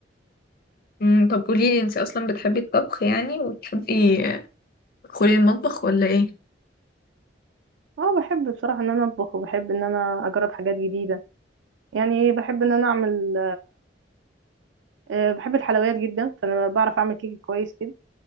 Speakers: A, on the left; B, on the right.
A: مم، طب قوليلي انتي اصلا بتحبي الطبخ يعني وتحبي آه، تدخلي المطبخ ولا ايه
B: اه بحب بصراحه ان انا اطبخ وبحب ان انا اجرب حاجات جديده يعني بحب ان انا اعمل آه، بحب الحلويات جدا فانا بعرف اعمل كيك كويس جدا